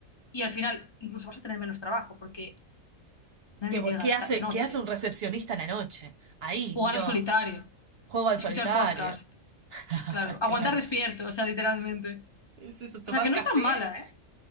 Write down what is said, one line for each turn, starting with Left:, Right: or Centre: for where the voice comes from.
Left: y al final incluso vas a tener menos trabajo porque nadie
Right: ¿Qué, bo-
Left: llega
Right: qué
Left: de,
Right: hace,
Left: ta- de noche.
Right: qué hace un recepcionista en la noche? Ahí,
Left: Jugar
Right: miro,
Left: al solitario,
Right: juego al
Left: escuchar
Right: solitario.
Left: podcast,
Right: <laughs>
Left: claro, aguantar
Right: Claro.
Left: despierto, o sea, literalmente.
Right: Es eso, es tomar
Left: O sea, que no
Right: café.
Left: es tan mala, ¿eh?